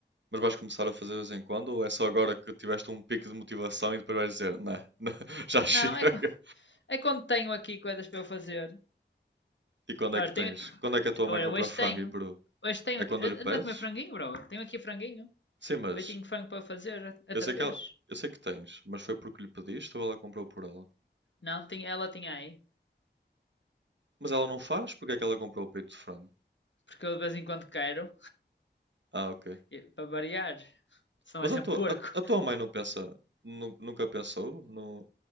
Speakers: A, on the right; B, on the left.
A: mas vais começar a fazer de vez em quando ou é só agora que tiveste um pico de motivação e depois vais dizer, não, não, <laughs> já chega.
B: Não, é, é quando tenho aqui coisas para eu fazer.
A: E quando
B: Ora,
A: é que tens?
B: tenho,
A: Quando é que a tua
B: Olha,
A: mãe compra
B: hoje
A: frango
B: tenho.
A: e peru?
B: Hoje tenho
A: É
B: aqui.
A: quando lhe pedes?
B: Anda a comer franguinho, bro. Tenho aqui franguinho.
A: Sim, mas
B: Feitinho de frango para fazer outra
A: eu sei que
B: vez.
A: ela, eu sei que tens, mas foi porque lhe pediste ou ela comprou por ela?
B: Não, tinha, ela tinha aí.
A: Mas ela não faz? Porque é que ela comprou o peito de frango?
B: Porque eu de vez em quando quero.
A: Ah, ok.
B: e- Para variar. Senão
A: Mas
B: é sempre
A: a tua,
B: porco.
A: a, a tua mãe não pensa, nu- nunca pensou no,